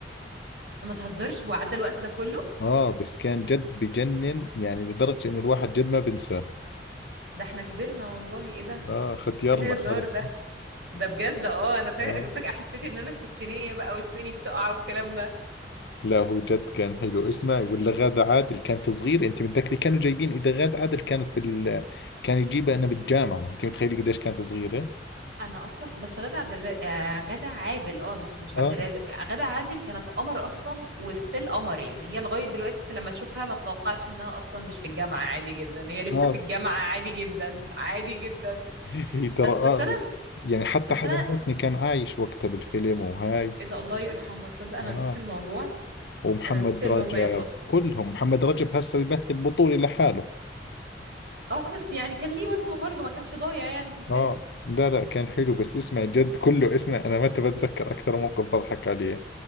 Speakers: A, on the right; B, on the left.
A: ما تهزرش وعدى الوقت ده كله
B: آه بس كان جد بجنن يعني لدرجة إنه الواحد جد ما بنساه
A: ده احنا كبرنا والله ايه ده
B: اه ختيارنا
A: ايه الهزار
B: خرا
A: ده ده بجد اه انا فا-
B: <laughs> آه.
A: فجأة حسيت ان انا ستينية بقى واسناني بتقع والكلام ده
B: لا هو جد كان حلو اسمعي ولا غادة عادل كانت صغيرة انت متذكري كانوا جايبين اذا غادة عادل كانت بال كان يجيبها انا بالجامعة انت متخيلي قديش كانت صغيرة
A: انا اصلا بس غادة عبد الر... آه، غادة عادل اه مش مش
B: اه
A: عبد الرازق غادة عادل كانت قمر اصلا وستيل قمر يعني هي لغاية دلوقتي انت لما تشوفها ما تتوقعش انها اصلا مش في الجامعة عادي جدا هي لسه
B: اه
A: في الجامعة عادي جدا عادي جدا
B: هي ترى
A: بس
B: اه
A: بس انا
B: يعني حتى
A: بس
B: حسن
A: انا
B: حسني كان عايش وقتها بالفيلم وهاي
A: ايه ده الله يرحمه تصدق انا
B: اه
A: نسيت الموضوع
B: ومحمد
A: انا نسيت انه
B: رجب
A: مات اصلا
B: كلهم محمد رجب هسه بيمثل بطولة لحاله
A: اه بس يعني كان ليه وزنه برضه ما كانش ضايع يعني في الفيلم
B: اه لا لا كان حلو بس اسمع جد كله اسمع انا متى بتذكر اكثر موقف بضحك عليه